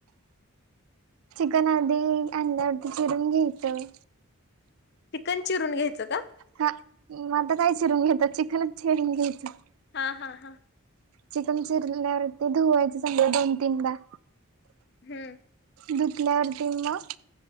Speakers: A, on the right; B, on the left.
A: चिकन आधि अंदाज चिरून घ्यायचं.
B: चिकन चिरून घ्यायचं का?
A: हा म आता काय चिरून घेता चिकनच चिरून घ्यायचं.
B: हा हा हा.
A: चिकन चिरल्यावर ते धुवायच समजा दोन तीनदा.
B: हम्म.
A: धुतल्यावरतीं मग